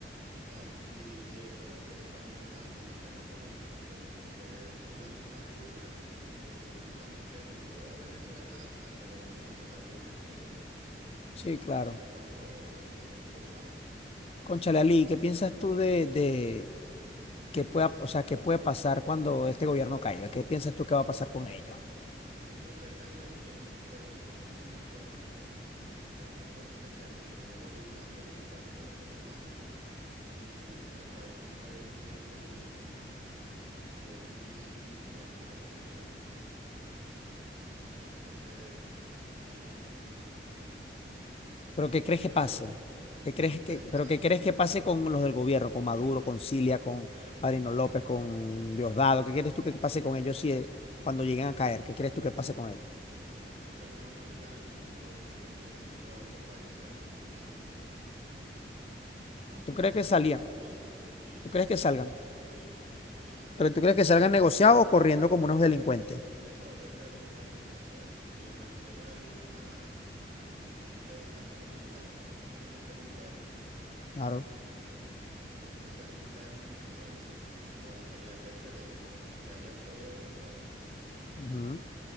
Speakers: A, on the right; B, on the left.
A: ¿sabes? Y, y eso, eso también va con el tema político, porque fue la misma Rusia que, que políticamente ayudó a Venezuela a que le vendieran esos aviones ellos mismos,
B: Sí, claro.
A: que fue cuando el presidente Hugo Chávez.
B: Cónchale, Ali, ¿qué piensas tú de, de que pueda, o sea, qué puede pasar cuando este gobierno caiga? ¿Qué piensas tú que va a pasar con ellos?
A: Eso depende de quién, de quiénes pongan en el poder también. porque acuérdate que el dinero y la política se llevan de la mano y en este país, este es un país muy rico y, y es difícil que no haya corrupción. Tiene que ser alguien muy, muy como
B: ¿Pero qué crees
A: Bukele,
B: que pase?
A: como Nayib
B: ¿Qué crees
A: Bukele,
B: que, pero
A: ¿sabes?
B: qué crees que pase con los del gobierno, con Maduro, con Cilia, con Marino López, con Diosdado? ¿Qué crees tú que pase con ellos si eh, cuando lleguen a caer? ¿Qué crees tú que pase con ellos?
A: Yo yo creo que algunos morirán y otros se irán al exilio a otros países amigos, como Rusia,
B: ¿Tú crees que salían?
A: Cuba, China,
B: ¿Tú crees que
A: sí,
B: salgan?
A: sí, sí, claro.
B: Pero tú crees que salgan negociados o corriendo como unos delincuentes.
A: Eso depende de lo que pase en Venezuela. Si en Venezuela hay una, como un levantamiento militar, porque esto tiene que ser interno.
B: Claro.
A: Esto tiene que ser interno en Venezuela, eh, para pelear desde adentro y que haya apoyo desde afuera,
B: Ujú.